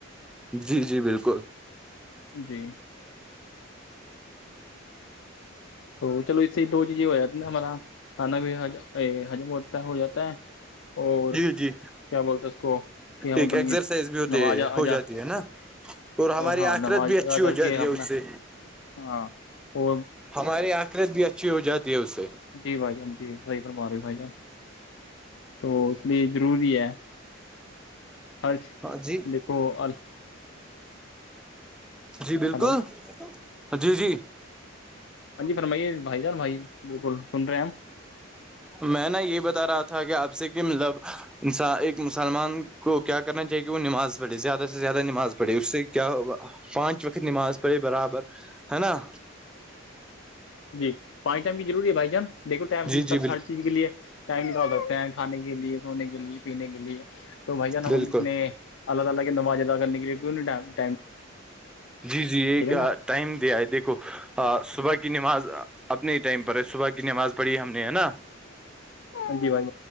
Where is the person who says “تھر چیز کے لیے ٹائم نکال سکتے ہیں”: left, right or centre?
Left